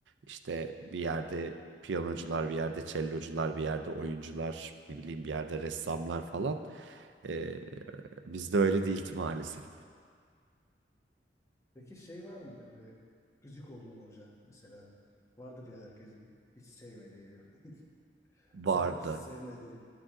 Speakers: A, on the right; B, on the left.
A: İşte bir yerde piyanocular, bir yerde cellocular, bir yerde oyuncular, ne bileyim bir yerde ressamlar falan. Ee, bizde öyle değildi maalesef.
B: Peki şey var mıydı böyle gıcık olduğun hoca mesela? Vardır ya herkesin hiç sevmediği bir <laughs>
A: Vardı.
B: Sebepsiz sevmediği.